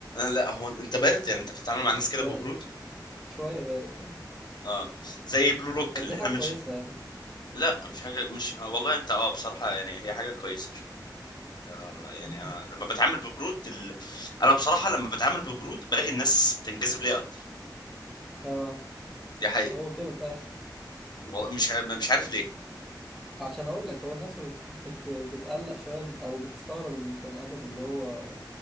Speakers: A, on the left; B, in the centre.
A: لا هو انت بارد يعني انت بتتعامل مع الناس
B: شويه
A: كده ببرود
B: شويه بارد
A: اه زي بلو لوك
B: بس
A: اللي
B: دي حاجه
A: احنا
B: كويسه
A: لا مش حاجة مش آه، والله انت اه بصراحة يعني هي حاجة كويسة شو. آه، يعني
B: مم.
A: انا لما بتعامل ببرود ال... انا بصراحة لما بتعامل ببرود بلاقي الناس بتنجذب ليا اكتر
B: اه
A: دي حقيقة
B: هو كده فعلا
A: والله مش ع- مش عارف ليه
B: <laughs> عشان اقول لك هو الناس بت... بت... بتقلق شويه من- او بتستغرب البني ادم اللي هو